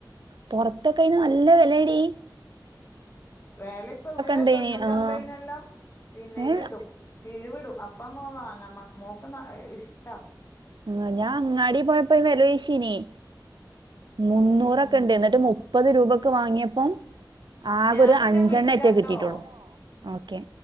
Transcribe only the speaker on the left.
വെല ഇപ്പ ഇവ്ടെ
തൊണ്ണൂറ്റൊമ്പതിനെല്ലാം
പിന്നെ ഇത്ടും
കിഴിവ്ടും അപ്പമ്മോ വാങ്ങാം മോക്ക് ന ഇഷ്ട്ടാ
ഉം
ഞാൻ നിന്നെ
വിളിക്കാട്ടോ